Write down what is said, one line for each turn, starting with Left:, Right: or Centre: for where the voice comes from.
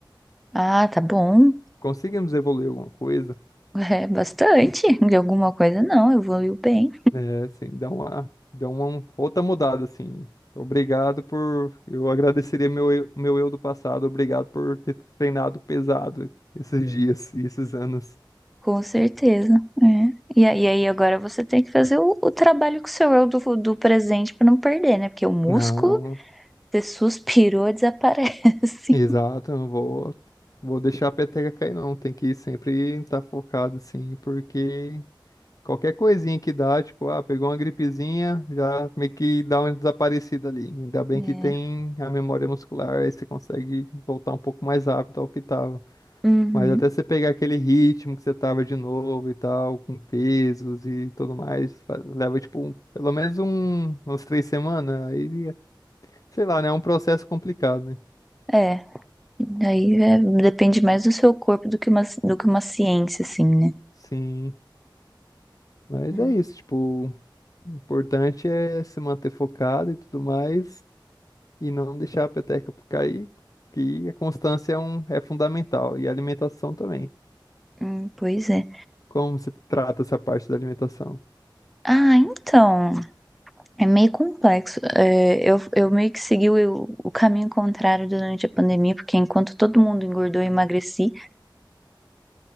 Centre: Ah, tá bom.
Left: Conseguimos evoluir alguma coisa,
Centre: <laughs> É bastante. De alguma coisa, não. Evoluiu bem.
Left: né? Assim, dá uma, deu uma outra mudada, assim. Obrigado por. Eu agradeceria meu, eu- meu eu do passado, obrigado por ter treinado pesado esses Sim. dias e esses anos.
Centre: Com certeza. É. E aí, aí agora você tem que fazer o, o trabalho com o seu eu do, do presente pra não perder, né? Porque o músculo,
Left: Não, não.
Centre: você suspirou, desaparece.
Left: Exato,
Centre: <laughs>
Left: eu não vou, vou deixar a peteca cair, não. Tem que sempre estar focado, assim, porque. Qualquer coisinha que dá, tipo, ah, pegou uma gripezinha, já meio que dá uma desaparecida ali. Ainda bem
Centre: É.
Left: que tem a memória muscular, aí você consegue voltar um pouco mais rápido ao que tava.
Centre: Uhum.
Left: Mas até você pegar aquele ritmo que você tava de novo e tal, com pesos e tudo mais, fa- leva, tipo, um- pelo menos um, umas três semanas. Aí, sei lá, né? É um processo complicado, né?
Centre: É. Daí é, depende mais do seu corpo do que uma, do que uma ciência, assim, né?
Left: Sim, mas
Centre: É.
Left: é isso, tipo, o importante é se manter focado e tudo mais. e não deixar a peteca por cair, que a constância é, um, é fundamental e a alimentação também.
Centre: Hum, pois é.
Left: Como você trata essa parte da alimentação?
Centre: Ah, então. É meio complexo. É, eu, eu meio que segui o, o caminho contrário durante a pandemia, porque enquanto todo mundo engordou, eu emagreci.